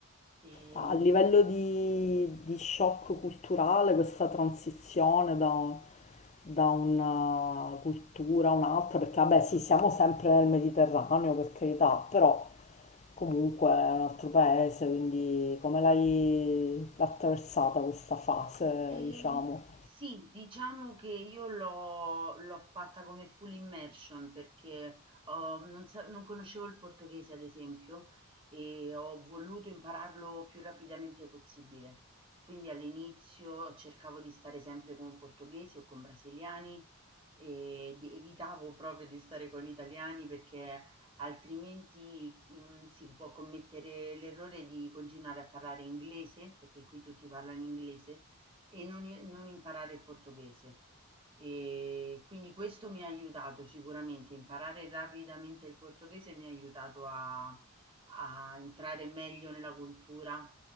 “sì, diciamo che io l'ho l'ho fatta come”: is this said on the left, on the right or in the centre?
Right